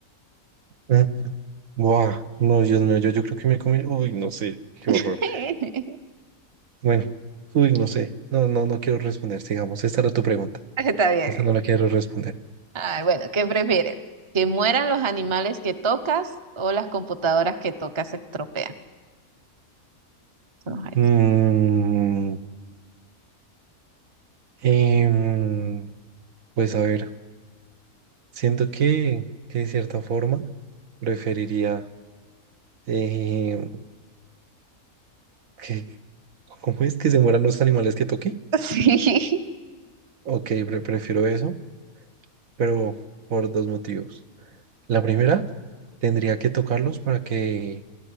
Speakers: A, on the right (about 70°); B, on the right (about 25°).
A: <laughs> Buah, no, Dios mío, yo, yo creo que me comí. Uy, no sé, qué
B: <laughs>
A: horror. Bueno, uy, no sé. No, no, no quiero responder. Sigamos, esta era tu pregunta.
B: Está bien.
A: Esta no la quiero responder.
B: Ay, bueno, ¿qué prefieres? ¿Que mueran los animales que tocas o las computadoras que tocas se estropean? Vamos a ver.
A: Mm,
B: <laughs>
A: em, pues a ver, siento que, que de cierta forma preferiría eh, que, ¿cómo es que se mueran los animales que toqué?
B: Sí, sí,
A: Ok, pre- prefiero eso, pero por dos motivos. La primera, tendría que tocarlos para que